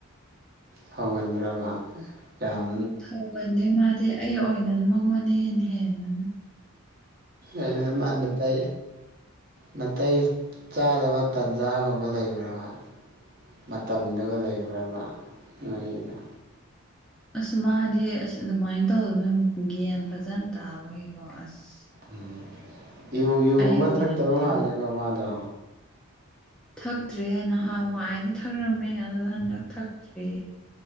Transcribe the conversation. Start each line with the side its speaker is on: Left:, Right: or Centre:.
Right: ꯁꯥꯎꯒꯟꯕ꯭ꯔꯕ ꯌꯥꯝ
Centre: ꯐꯕꯅꯦ ꯃꯥꯗꯤ ꯑꯩ ꯑꯣꯏꯅ ꯃꯉꯣꯟꯗ ꯍꯦꯟꯅ ꯍꯦꯟꯕꯅꯦ꯫
Right: ꯑꯦ ꯃꯅꯇꯥꯏ ꯅꯥꯇꯩ ꯆꯥꯗꯕ ꯇꯟꯖꯥꯒꯨꯝꯕ ꯂꯩꯕ꯭ꯔꯕ꯫ ꯃꯇꯝꯗꯨꯒ ꯂꯩꯕ꯭ꯔꯕ ꯅꯣꯏꯗ꯫
Centre: ꯑꯁ ꯃꯥꯗꯤ ꯑꯁ ꯑꯗꯨꯃꯥꯏꯅ ꯇꯧꯗꯅ ꯒꯌꯥꯟ ꯐꯖꯅ ꯇꯥꯕꯒꯤꯀꯣ ꯑꯁ꯫
Right: ꯎꯝ ꯌꯨ ꯌꯨꯒꯨꯝꯕ
Centre: ꯑꯩ ꯑꯣꯏꯅ
Right: ꯊꯛꯇꯕ
Centre: ꯉꯥꯡꯉꯦ
Right: ꯃꯥꯜꯂꯦꯀꯣ ꯃꯥꯗꯣ꯫
Centre: ꯊꯛꯇ꯭ꯔꯦ ꯅꯍꯥꯟꯋꯥꯏꯗꯤ ꯊꯛꯔꯝꯃꯦ ꯑꯗꯨ ꯍꯟꯗꯛ ꯊꯛꯇ꯭ꯔꯦ꯫